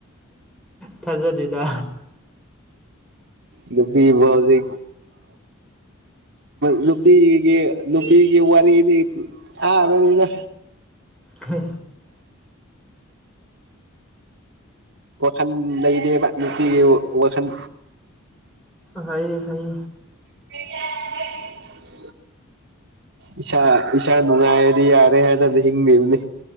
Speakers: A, in the centre; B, on the right.
A: ꯊꯥꯖꯗꯦꯗ
B: ꯅꯨꯄꯤ ꯐꯖꯤ ꯅꯨꯄꯤꯒꯤ ꯅꯨꯄꯤꯒꯤ ꯋꯥꯔꯤꯗꯤ ꯊꯥꯔꯅꯤꯅ
A: ꯈꯦ
B: ꯋꯥꯈꯜ ꯂꯩꯗꯦꯕ ꯅꯨꯄꯤꯒꯤ ꯋꯥꯈꯜ
A: ꯐꯩ ꯐꯩ
B: ꯦ ꯏꯁꯥ ꯏꯁꯥ ꯅꯨꯡꯉꯥꯏꯔꯗꯤ ꯌꯥꯔꯦ ꯍꯥꯏꯅꯅ ꯍꯤꯡꯉꯕꯅꯤ